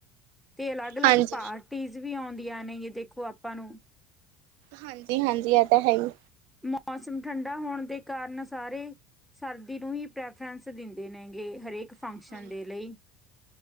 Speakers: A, in the centre; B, on the right.
A: ਤੇ ਅਲੱਗ-ਅਲੱਗ
B: ਹਾਂਜੀ
A: ਪਾਰਟੀਜ ਵੀ ਆਉਂਦੀ ਆਂ ਨੇ ਕਿ ਦੇਖੋ ਆਪਾਂ ਨੂੰ।
B: ਹਾਂਜੀ-ਹਾਂਜੀ ਇਹ ਤਾ ਹੈ ਹੀ।
A: ਮੌਸਮ ਠੰਡਾ ਹੋਣ ਦੇ ਕਾਰਨ ਸਾਰੇ ਸਰਦੀ ਨੂੰ ਹੀ ਪ੍ਰੈਫਰੈਂਸ ਦਿੰਦੇ ਨੇਗੇ, ਹਰੇਕ। ਫੰਕਸ਼ਨ
B: ਹਾਂਜੀ
A: ਦੇ ਲਈ।